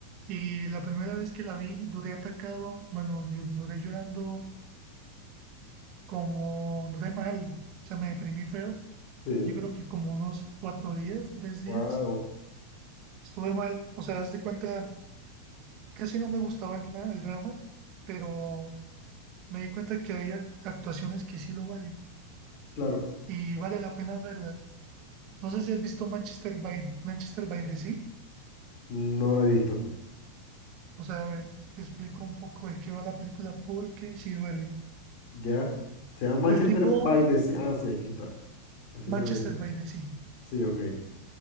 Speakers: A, on the right; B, on the left.
A: Y la primera vez que la vi, duré atacado, bueno, yo duré llorando como, duré mal, o sea, me deprimí feo
B: Sí.
A: yo creo que como unos cuatro días, tres días,
B: Wow.
A: estuve mal. O sea, haz de cuenta, casi no me gustaba el, dra- el drama, pero me di cuenta que hay ac- actuaciones que sí lo valen
B: Claro,
A: y vale la pena verlas. No sé si has visto Manchester by, Manchester by the Sea.
B: no lo he visto.
A: O sea, a ver, te explico un poco de qué va la película porque sí duele.
B: Ya. Se llama Manchester
A: El tipo,
B: by the Sea. Ah, sí, aquí está. Manchester
A: Manchester
B: by the Sea.
A: by the Sea.
B: Sí, ok.